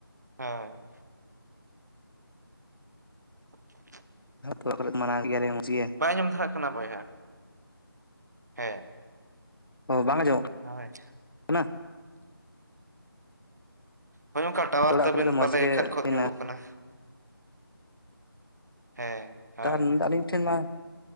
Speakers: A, on the right (about 45°); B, on the left (about 65°).
A: ᱦᱮᱸ᱾ ᱵᱟᱝ ᱟᱸᱡᱚᱢ ᱴᱷᱤᱠᱟᱹᱜ ᱠᱟᱱᱟ
B: ᱦᱩᱞ ᱠᱚᱞᱮ ᱢᱟᱱᱟᱣ ᱜᱮᱭᱟᱞᱮ ᱢᱚᱡᱽ ᱜᱮᱭᱟ᱾
A: ᱵᱟᱭ ᱟᱱᱸᱡᱚᱢ ᱫᱷᱟᱨᱟ ᱠᱟᱱᱟ ᱵᱚᱭᱦᱟ᱾ ᱦᱮᱸ
B: ᱚ ᱵᱟᱝ ᱟᱸᱚᱢ
A: ᱦᱳᱭ᱾
B: ᱦᱟᱱᱟ
A: ᱦᱳᱭ ᱚᱱᱠᱟ ᱴᱟᱣᱟᱨ
B: ᱛᱚ ᱚᱲᱟᱜ
A: ᱛᱟᱵᱤᱱ
B: ᱠᱚᱨᱮ ᱫᱚ ᱢᱚᱸᱡᱽ
A: ᱯᱟᱞᱮ
B: ᱜᱮ
A: ᱠᱷᱟᱡ-ᱠᱷᱚᱡ
B: ᱦᱩᱭᱱᱟ
A: ᱧᱚᱜ-ᱚᱜ ᱠᱟᱱᱟ, ᱦᱮᱸ ᱦᱳᱭ
B: ᱟᱹᱞᱤᱧ ᱴᱷᱮᱱ ᱢᱟ